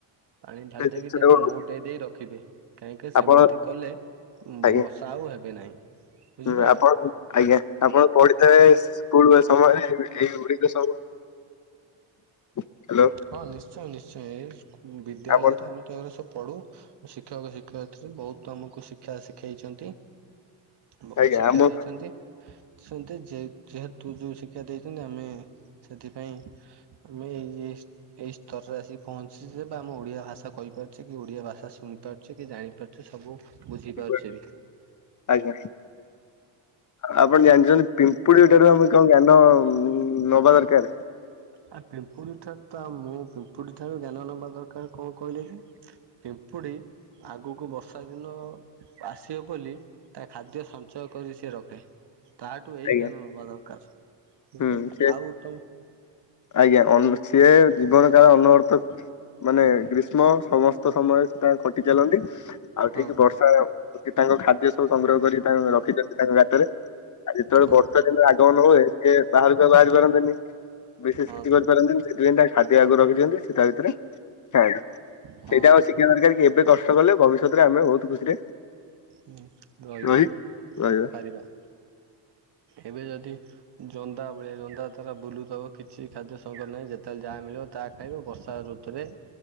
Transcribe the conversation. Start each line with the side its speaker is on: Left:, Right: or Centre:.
Right: ପାଣି ଢାଲି
Left: ସେ ଜିନିଷଟାକୁ
Right: ଦେଇକି ତାକୁ ନଉଟେଇ ଦେଇ ରଖିବେ କାହିଁକି ସେମିତି
Left: ଆପଣ
Right: କଲେ
Left: ଆଜ୍ଞା
Right: ମଶା ଆଉ ହେବେ ନାହିଁ। ବୁଝିପାରିଲେ
Left: ହୁଁ ଆପଣ ଆଜ୍ଞା ଆପଣ ପଢିଥିବେ ସ୍କୁଲ ସମୟରେ ଏଇଗୁଡିକ ସବୁ ହ୍ୟାଲୋ।
Right: ହଁ ନିଶ୍ଚୟ ନିଶ୍ଚୟ ଏ ସ୍କୁ ବିଦ୍ୟାଳୟରେ
Left: ଆପଣ
Right: ଆମେ ତ ଏ ସବୁ ପଢୁ ଶିକ୍ଷକ ଶିକ୍ଷୟ ବହୁତ ଆମକୁ ଶିକ୍ଷା ଶିଖେଇଛନ୍ତି ବହୁତ
Left: ଆଜ୍ଞା
Right: ଶିକ୍ଷା
Left: ଆମ
Right: ଦେଇଚନ୍ତି ସେ ଯେହେତୁ ଯୋଉ ଶିକ୍ଷା ଦେଇଛନ୍ତି ଆମେ ସେଥିପାଇଁ ଆମେ ଏଇ ଯେ ଏଇ ସ୍ତରରେ ଆସିି ପହଞ୍ଚିଚେ ଯେ ବା ଆମେ ଓଡିଆ ଭାଷା କହିପାରୁଛେ କି ଓଡିଆ ଭାଷା ଶୁଣିପାରୁଚେ କି ଜାଣିପାରୁ ଏ ସବୁ ବୁଝିପାରୁଛେ
Left: <unintelligible>
Right: ବି।
Left: ଆଜ୍ଞା। ଆପଣ ଜାଣିଛନ୍ତି ପିମ୍ପୁଡିଠାରୁ ଆମେ କଣ ଜ୍ଞାନ ନବା ଦରକାର?
Right: ଆ ପିମ୍ପୁଡ଼ିଠା ତ ମୁଁ ପିମ୍ପୁଡି ଠାରୁ ଜ୍ଞାନ ନେବା ଦରକାର କଣ କହିଲେ ଯେ ପିମ୍ପୁଡ଼ି ଆଗକୁ ବର୍ଷା ଦିନ ଆସିବ ବୋଲି ତା ଖାଦ୍ୟ ସଞ୍ଚୟ କରି ସିଏ ରଖେ। ତାଠୁ ଏଇ
Left: ଆଜ୍ଞା
Right: ଜ୍ଞାନ ନବା ଦରକାର ବୁଝିପାରିଲେ
Left: ହୁଁ ସେ
Right: ଆଉ ତ
Left: ଆଜ୍ଞା ସିଏ ଜୀବନ କାଳ ଅନବର୍ତ ମାନେ ଗ୍ରୀଷ୍ମ ସମସ୍ତ ସମୟରେ ସେ ତାଙ୍କ ଖଟି ଚାଲନ୍ତି ଆଉ
Right: ହଁ
Left: ଠିକ ବର୍ଷା ଅଛି ତାଙ୍କ ଖାଦ୍ୟ ସବୁ ସଂଗ୍ରହ କର ତାଙ୍କ ରଖିଥାନ୍ତି ତାଙ୍କ ଗାତରେ ଆ ଯେତେବେଳେ
Right: ହଁ
Left: ବର୍ଷା ଦିନ ଆଗମନ ହୁଏ ସେ ବାହାରୁକୁ ବାହାରି ପାରନ୍ତିନି ବିଶେଷ
Right: ହଁ
Left: କିଛି କରିପାରନ୍ତିନି ଖାଦ୍ୟ ଆଗରୁ ରଖିଅନ୍ତି ସେ ତା ଭିତରେ ଥାଆନ୍ତି
Right: ହଁ
Left: ସେଇଟା ଆଉ ସି ଖୀବା ଦରକାର କି ଏବେ କଷ୍ଟ କଲେ ଭବିଷ୍ୟତରେ ଆମେ ବହୁତ ଖୁସିରେ
Right: ହୁଁ ରହିବା
Left: ରହି ରହିବା।
Right: ପାରିବା। ଏବେ ଯଦି ଜନ୍ଦା ଭଳିଆ ଜନ୍ଦା ତାରା ବୁଲୁଥିବ କିଛି ଖାଦ୍ୟ ସଂଗ୍ରହ ନାହିଁ ଯେତେବେଳେ ଯାହା ମିଳିବ ତାହା ଖାଇବ ବର୍ଷା ଋତୁରେ